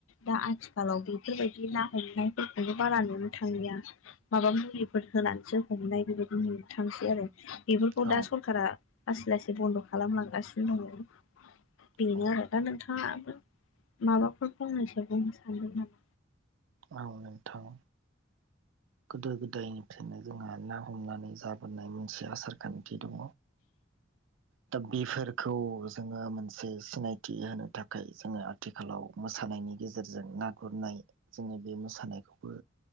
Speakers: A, on the left; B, on the right.
A: दा आथि आथिखालाव बेफोरबायदि ना हमनायफोरखौनो बारा नुनो थांलिया माबा मुलिफोर होनानैसो हमनाय बेबायदि मोनथांसै आरो बेफोरखौ
B: औ
A: दा सरखारा लासै लासै बन्द' खालामलांगासिनो दङ बेनो
B: औ
A: आरो दा नोंथाङाबो माबाफोर फंनैसो बुंनो सानदों नामा?
B: औ नोंथां। गोदो गोदायनिफ्रायनो जोंहा ना हमनानै जाबोनाय मोन से आसार खान्थि दङ दा बेफोरखौ जोङो मोनसे सिनायथि होनो थाखाय जोङो आथि आथिखालाव मोसानायनि गेजेरजों ना गुरनाय जोङो बे मोसानायखौबो